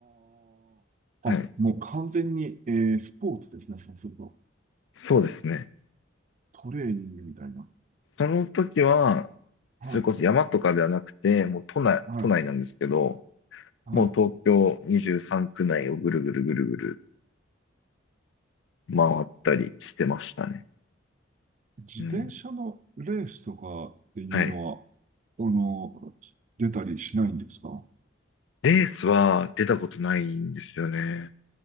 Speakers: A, on the right; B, on the left.
A: あ、
B: はい。
A: あ、もう完全に、えースポーツですね、そうすると。
B: そうですね。
A: トレーニングみたいな。
B: その時は、
A: はい、
B: それこそ山とかではなくて、もう都内、
A: はい、
B: 都内なんですけど、
A: はい。
B: もう東京23区内をぐるぐるぐるぐる回ったりしてましたね。
A: 自転車のレースとかっていうのは、
B: うん。はい。
A: あの、出たりしないんですか
B: レースは出たことないんですよね。